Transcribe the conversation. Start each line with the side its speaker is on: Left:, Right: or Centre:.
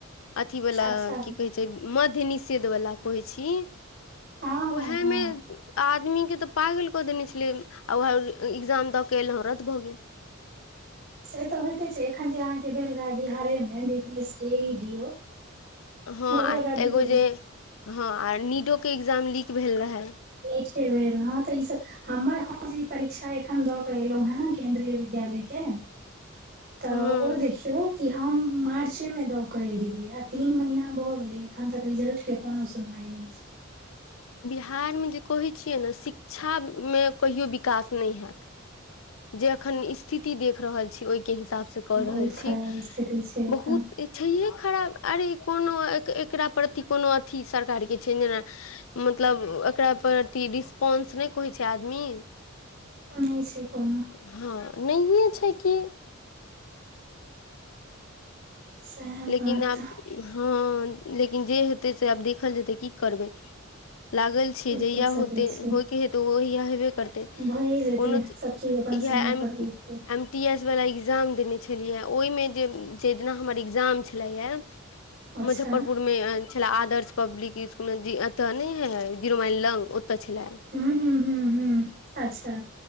Left: अथी वला
Right: अच्छा
Left: की कहै छै मध्य निषेध वला कहै छी
Right: हँ हँ
Left: उएहेमे
Right: हँ
Left: आदमी के तऽ पल कऽ देने छलै ओर वहे एग्जाम द के एलहुँ रात भ गेल
Right: से त होइते छै एखन जे अहाँके भेल रहय बिहारे मे B P S C A E D ओ
Left: हँ
Right: ओहो रद्द
Left: एगो
Right: भेल
Left: जे हँ आ नीडो के एग्जाम लीक भेल रहे
Right: नीट केँ भेल ह त ई सब हमर ह जी परीक्षा एखन द एलहु हे ने केन्द्रीय विद्यालय के त
Left: हँ
Right: ओ देखियौ की हम मार्चे में द के एलियै ह आ तीन महीना भए गेले अखन तक रिजल्ट के कोनो सुनवाई ने छै
Left: बिहार मे जे कहै छियै ने शिक्षा मे कहियो विकास न हैत जे एखन स्थिति देख रहल छी ओहिके हिसाब से कऽ
Right: बहुत
Left: रहल छी
Right: खराब स्थिति छै एखन
Left: बहुत छैहे खराब अरे कोनो एकरा प्रति कोनो अथी सरकारके छै जेना मतलब एकरा परति रिस्पोंस नहि कोय छै आदमी
Right: ओने छै कोनो
Left: हँ नहिए छै कि
Right: सएह
Left: लेकिन
Right: बात
Left: आब हँ लेकिन जे हेतै से आब देखल जेतै की करबै लागल छी
Right: की
Left: जहिया
Right: क सकै
Left: होे
Right: छी
Left: होयके हे तऽ ओ ओहिया हेबे करतै
Right: भए जेतै
Left: कोनो ची
Right: सब चीज अपन
Left: इहे
Right: समय
Left: एम
Right: पर होइ छै
Left: एम टी एस वला एग्जाम देने छलियै ओहिमे जे जे दिना हमर एग्जाम छलैए
Right: अच्छा
Left: मुजफ्फरपुर मे छले आदर्श पब्लिक स्कुल जे एत नेे हे जीरो माइल लग ओते छले
Right: हू हू हू हू अच्छा